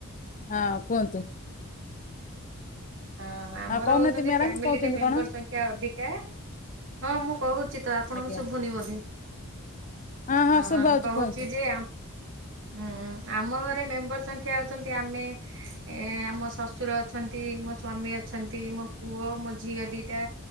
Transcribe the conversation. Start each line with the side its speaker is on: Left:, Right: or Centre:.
Left: ହଁ କୁହନ୍ତୁ?
Right: ହଁ ଆମର
Left: ହଁ କହୁନାହାନ୍ତି
Right: ହଉଛନ୍ତି
Left: ମ୍ୟାଡାମ
Right: ଫ୍ୟାମିଲିରେ
Left: କହୁଛନ୍ତି
Right: ମେମ୍ବର
Left: କଣ?
Right: ସଂଖ୍ୟା ଅଧିକା ହଁ ମୁଁ କହୁଛି ତ ଆପଣଙ୍କୁ
Left: ଆଜ୍ଞା
Right: ଶୁଭୁନି ବୋଧେ?
Left: ହଁ ହଁ
Right: ଆ
Left: ଶୁଭା ହଉଛି
Right: କହୁଛି
Left: କୁହନ୍ତୁ
Right: ଯେ ହୁଁ ଆମ ଘରେ ମେମ୍ବର ସଂଖ୍ୟା ହଉଛନ୍ତି ଆମେ ଏ ଆମ ଶ୍ୱଶୁର ଅଛନ୍ତି ମୋ ସ୍ଵାମୀ ଅଛନ୍ତି ମୋ ପୁଅ ମୋ ଝିଅ ଦିଟା